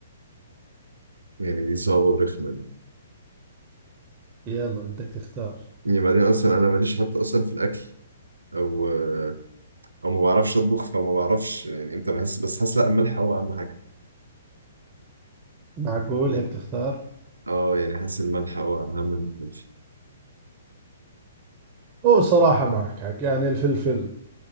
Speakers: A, on the right (about 80°); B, on the right (about 25°).
A: يعني دي صعبة ورخمة دي
B: يلا بدك تختار
A: يعني بعدين أصلا أنا ماليش حتى أصلا في الأكل أو آه، أو ما بعرفش أطبخ فما بعرفش يعني إمتى بحس بس حاسس لا الملح هو أهم حاجة
B: معقول
A: يعني
B: هيك تختار
A: أه يعني حاسس الملح هو أهم من الفلفل
B: هو صراحة معك حق يعني الفلفل